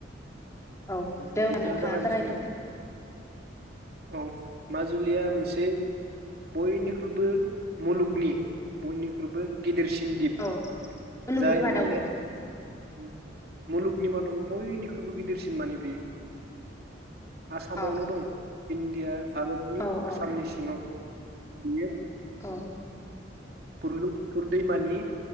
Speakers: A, on the left (about 15°); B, on the right (about 55°).
A: औ दे
B: बिदिब्ला
A: हब्लाा नोंथाङा
B: जागायनोसै
A: जागायग्रोदो
B: नोंथां औ माजुलिया मोनसे बे बयनिख्रुइबो मुलुगनि बयनिख्रुइबो गिदिरसिन दिप
A: औ मुलुगनि
B: जाय
A: मादावनो
B: माने उम मुलुगनि मादावनो बनिख्रुइबो गिदिरसिन <inaudible> माने बेयो आसामावनो
A: औ अ
B: दं इण्डिया भारतनि
A: औ औ
B: आसामनि सिङाव बियो
A: औ
B: बुरलुंबुथुर दैमानि